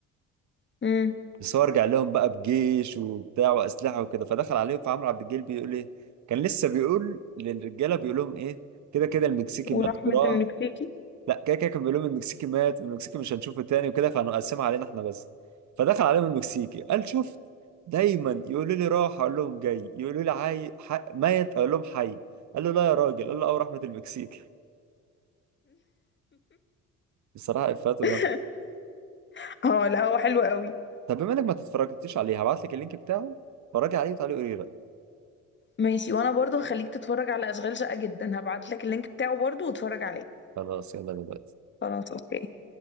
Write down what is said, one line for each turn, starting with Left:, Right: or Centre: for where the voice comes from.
Left: امم
Right: بس هو رجع لهم بقى بجيش وبتاع واسلحه وكده فدخل عليهم فعمرو عبد الجليل بيقول ايه كان لسه بيقول للرجاله بيقول لهم ايه كده كده المكسيكي
Left: ورحمة
Right: مات وراح
Left: المكسيكي
Right: لا كده كده كان بيقول لهم المكسيكي مات المكسيكي مش هنشوفه تاني وكده فهنقسمها علينا احنا بس فدخل عليهم المكسيكي قال شفت دايما يقولوا لي راح اقول لهم جاي يقولوا لي عاي ح... ميت اقول لهم حي قال له لا يا راجل قال له اه رحمه المكسيكي بصراحه افاته
Left: <laughs>
Right: جامده
Left: اه لا هو حلو قوي
Right: طب بما انك ما تتفرجتش عليه هبعت لك اللينك بتاعه اتفرج عليه وتعالى قولي رايك
Left: ماشي وانا برضو هخليك تتفرج على اشغال شقة جدا هبعت لك اللينك بتاعه برضو واتفرج عليه
Right: خلاص يلا دلوقتي
Left: خلاص اوكي